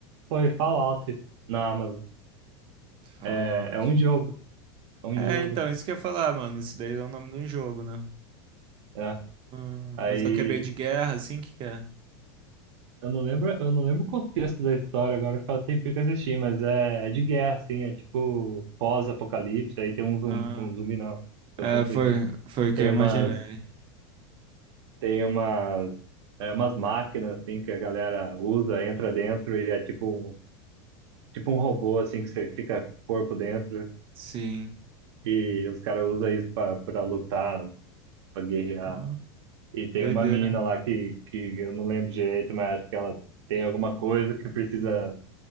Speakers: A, on the right; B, on the right.
A: foi Fallout na Amazon.
B: Fallout.
A: É, é um jogo, é um
B: É,
A: jogo.
B: então, isso que eu ia falar, mano, isso daí é o nome de um jogo, né?
A: É.
B: Ah,
A: Aí.
B: mas eu acabei de guerra, assim, que que é?
A: Eu não lembro, eu não lembro o contexto da história agora, que faz tempo que eu assisti, mas é, é de guerra, assim, é tipo pós-apocalipse, aí tem um zumbi,
B: Ah,
A: um zumbi não, tô
B: é,
A: confundindo.
B: foi, foi o que
A: Tem
B: eu imaginei.
A: umas, tem umas, é, umas máquinas, assim, que a galera usa, entra dentro e é tipo, um- tipo um robô, assim, que você fica corpo dentro
B: Sim.
A: e os caras usam isso pra, pra lutar, pra guerrear.
B: Ah,
A: E tem
B: doideira.
A: uma mina lá que, que eu não lembro direito, mas acho que ela tem alguma coisa que precisa